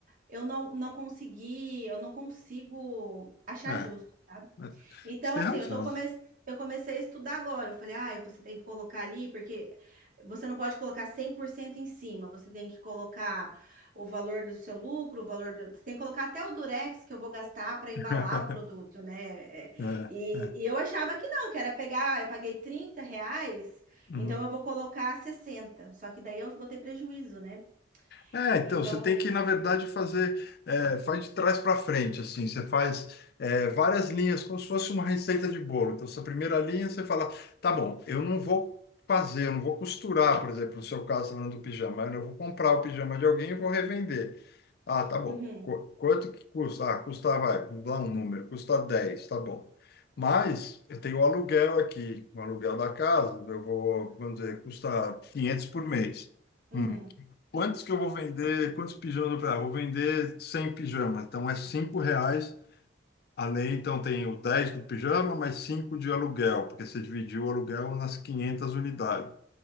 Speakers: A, on the right; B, on the left.
A: eu não, não consegui, eu não consigo achar
B: é.
A: justo. sabe?
B: é.
A: Então,
B: Você tem
A: assim,
B: razão.
A: eu tô come... eu comecei a estudar agora. Eu falei, ah, você tem que colocar ali, porque você não pode colocar 100% em cima. Você tem que colocar o valor do seu lucro, o valor do... Você tem que colocar até o Durex que eu vou gastar para embalar
B: <laughs>
A: o produto, né? É,
B: É,
A: E,
B: é.
A: e eu achava que não, que era pegar, "Ah, eu paguei 30 reais,
B: Uhum.
A: então eu vou colocar sessenta Só que daí eu vou ter prejuízo, né?
B: É, então,
A: Então,
B: você tem que, na verdade, fazer, é, faz de trás para frente, assim, você faz é, várias linhas, como se fosse uma receita de bolo. Então, essa primeira linha, você fala, tá bom, eu não vou fazer, eu não vou costurar, por exemplo, no seu caso, falando do pijama, né, eu vou comprar o pijama de alguém e vou revender. Ah, tá bom,
A: uhum,
B: Qu- quanto que custa? Ah, custa, vai, vamos dar um número, custa 10, tá bom. Mas eu tenho o aluguel aqui, o aluguel da casa, eu vou, vamos dizer, custa 500 por mês.
A: uhum,
B: "Hum, Quantos que eu vou vender? Quantos pijamas eu vou- ah, vou vender 100 pijamas. Então é 5 reais além. Então tem o 10 do pijama, mais 5 de aluguel, porque você dividiu o aluguel nas 500 unidades.